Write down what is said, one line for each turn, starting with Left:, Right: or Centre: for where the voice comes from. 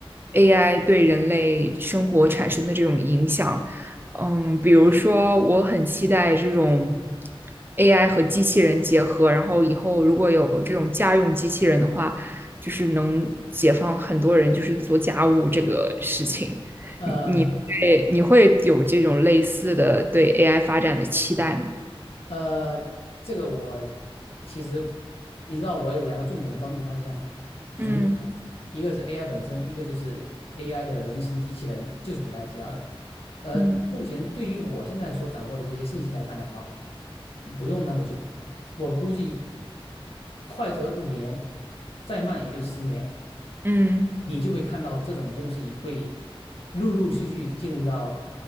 Right: AI 对人类生活产生的这种影响。嗯，比如说，我很期待这种 AI 和机器人结合，然后以后如果有这种家用机器人的话，就是能解放很多人，就是做家务这个事情。
Left: 呃，
Right: 你你会你会有这种类似的对 AI 发展的期待吗？
Left: 呃，这个我其实你知道，我有两个重点的关注方向，就是目前一个是
Right: 嗯
Left: AI 本身，一个就是 AI 的人形机器人，就是你刚才提到的。而目前对于我现在所掌握的这些信息来看的话，
Right: 嗯。
Left: 不用那么久，我估计快则五年，再慢也就十年。
Right: 嗯。
Left: 你就会看到这种东西会陆陆续续进入到